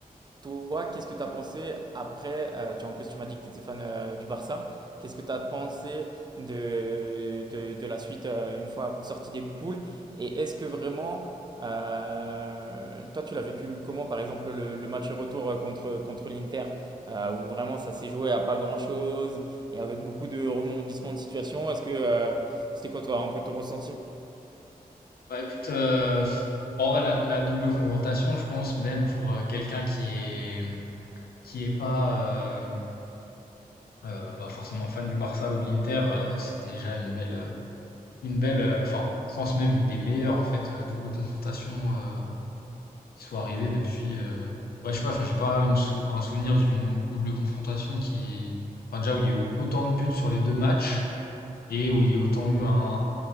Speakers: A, on the right (about 30°); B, on the left (about 85°).
A: Toi, qu'est-ce que tu as pensé après euh, tu, En plus, tu m'as dit que tu étais fan euh, du Barça. Qu'est-ce que tu as pensé de, de, de la suite euh, une fois sorti des poules? Et est-ce que vraiment, euh, toi, tu l'as vécu comment, par exemple, le, le match retour euh, contre, contre l'Inter, euh, où vraiment ça s'est joué à pas grand-chose et avec beaucoup de rebondissements de situation? Est-ce que euh, c'était quoi, toi, un peu ton ressenti?
B: Bah écoute, euh, en vrai, la, la double confrontation, je pense, même pour euh, quelqu'un qui est qui est pas euh, euh, bah, forcément fan du Barça ou de l'Inter, euh, c'était déjà une belle euh, une belle, euh, enfin, je pense même une des meilleures en fait euh, double confrontation euh, qui soit arrivée depuis. euh, Ouais, je sais pas, enfin, j'ai pas une sou- un souvenir d'une double confrontation qui, enfin, déjà où il y a eu autant de buts sur les deux matchs et où il y a autant eu un